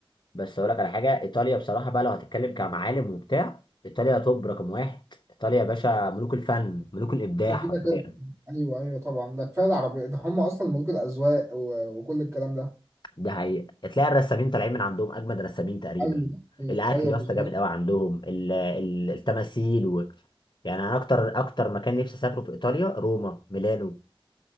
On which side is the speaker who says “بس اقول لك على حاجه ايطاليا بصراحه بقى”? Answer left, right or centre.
Left